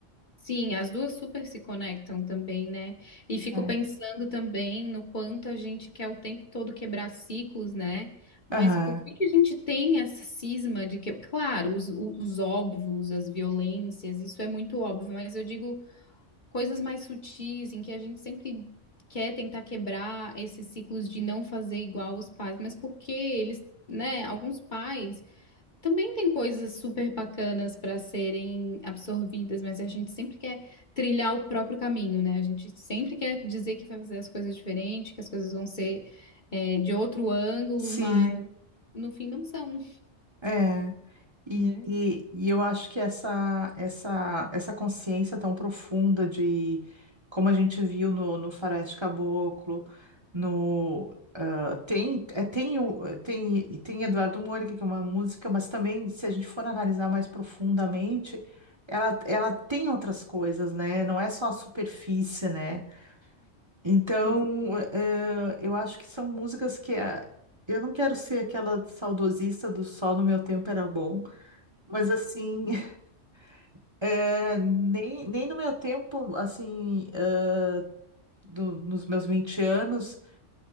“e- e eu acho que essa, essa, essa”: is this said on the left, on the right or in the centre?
Right